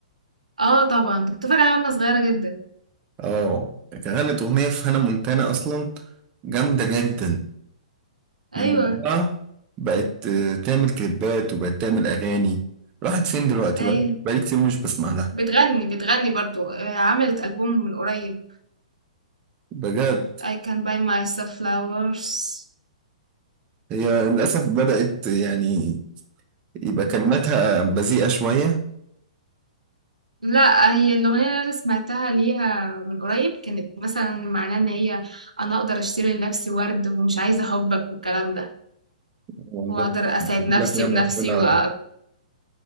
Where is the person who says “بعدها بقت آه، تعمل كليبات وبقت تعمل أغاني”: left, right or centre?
Right